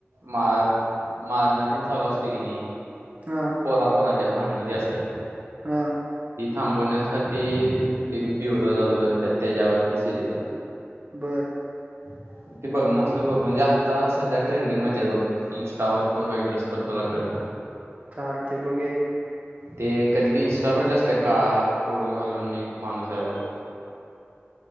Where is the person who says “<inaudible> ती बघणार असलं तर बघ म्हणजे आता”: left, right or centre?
Right